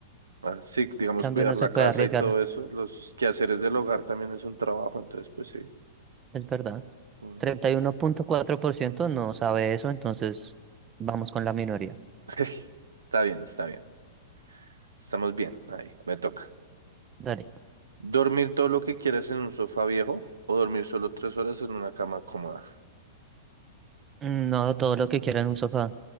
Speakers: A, on the right; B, on the right.
A: Ah, sí, digamos,
B: Cambio
A: cuidar
B: no
A: la
B: se puede
A: casa
B: arriesgar,
A: y todo eso. Los quehaceres del hogar también es un trabajo, entonces, pues sí.
B: es verdad.
A: uno-
B: treinta y uno punto cuatro por ciento no sabe eso, entonces vamos con la minoría.
A: <laughs> Está bien, está bien. Estamos bien, ahí, me toca.
B: Dale.
A: ¿Dormir todo lo que quieras en un sofá viejo o dormir solo tres horas en una cama cómoda?
B: Mm, No, todo lo que quiera en un sofá.